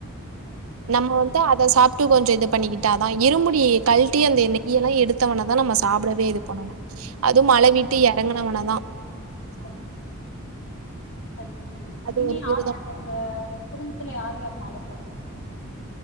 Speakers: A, on the left (about 65°); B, on the right (about 75°).
A: சரிங்க தோழி
B: நம்ம வந்து அத சாப்ட்டு கொஞ்ச இது பண்ணிக்கிட்டாதா இருமுடி கழ்ட்டி அந்த நெய்யெல்லா எடுத் தவன தா நம்ம சாப்டவே இது பண்ணணு அது மலவிட்டு எறங்கனவன தா
A: சரிங்க தோழி சரிங்க தோழி
B: அது
A: நீங்க
B: ஒரு
A: யார்
B: விரதோ
A: யார் ஒ ங்க குடும்பத்ல யார் யார் மால போடுவீங் தோழி